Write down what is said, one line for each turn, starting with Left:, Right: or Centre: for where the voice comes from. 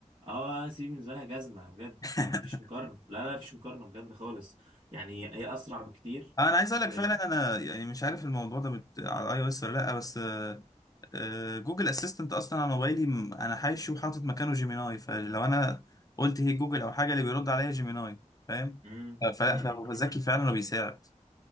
Right: اه سيري بالنسبه لها جزمه بجد
Left: <laughs>
Right: ما فيش مقارنه لا لا فيش مقارنه بجد خالص يعني هي اسرع بكتير
Left: انا عايز اقول
Right: بت-
Left: لك فعلا انا يعني مش عارف الموضوع ده بت... على اي او اس ولا لا بس آه، آه، جوجل اسيستنت اصلا على موبايلي م- انا حاشي وحاطط مكانه جيميناي فلو انا قلت هي جوجل او حاجه اللي بيرد عليا جيميناي فاهم
Right: مم،
Left: آه، فلا
Right: مم،
Left: فهو
Right: مم،
Left: ذكي
Right: مم.
Left: فعلا وبيساعد